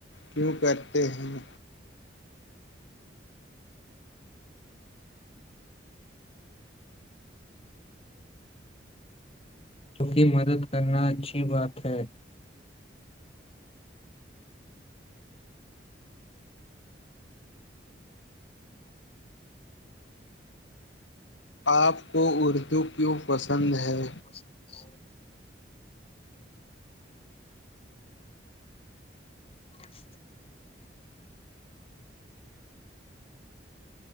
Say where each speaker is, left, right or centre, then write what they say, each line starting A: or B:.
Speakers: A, on the left (about 80°); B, on the left (about 30°).
A: کیوں کرتے ہیں
B: کیونکہ مدد کرنا اچھی بات ہے
A: آپ کو اردو کیوں پسند ہے
B: <inaudible> ا <inaudible>